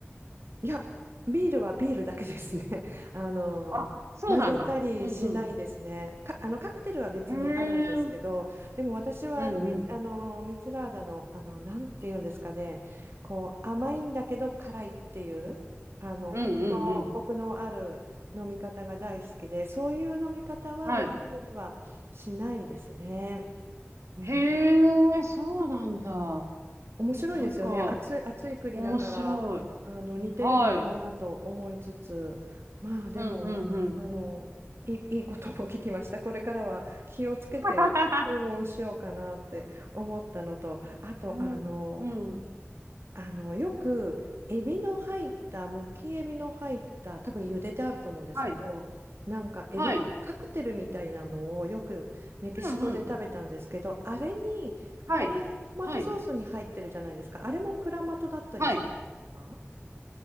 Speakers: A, on the right (about 60°); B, on the right (about 80°).
A: いや、ビールはビールだけですね。<laughs> あの、
B: あ、そうなんだ。
A: 混ぜたりしないですね。
B: うん、うん。
A: か、あの、カクテルは別にあるんですけど、
B: へえ。うん、
A: でも私はあの、
B: うん。
A: み、あの、ミツラーダの、あの、なんていうんですかね、こう、甘いんだけど辛いっていう、あの、
B: うん、
A: コクの、
B: うん、うん。
A: コクのある飲み方が大好きで、そういう飲み方はブラジルではしないですね。
B: はい。
A: うん
B: へえ、そうなんだ。
A: 面白いですよね。
B: なんか、
A: 暑い、暑い国だから、
B: 面白い。
A: あの、似てるのかなと思いつつ、
B: はい。
A: まあでも、
B: うん、うん、うん。
A: あの、いい、いいことも聞きました。これからは気をつけて注文しようかなって思ったのと、
B: <laughs>
A: あと、
B: うん、
A: あの、
B: うん。
A: あの、よく、エビの入った、むきエビの入った、多分茹でてあると思うんですけど、
B: はい。
A: なんか、エビのカクテルみたいなのをよくメキシコで食べたんですけど、
B: はい。うん、うん。
A: あれに、
B: はい。
A: あれ、トマトソースに入ってるじゃないですか。
B: はい。
A: あれもクラマトだったりするんですか
B: はい。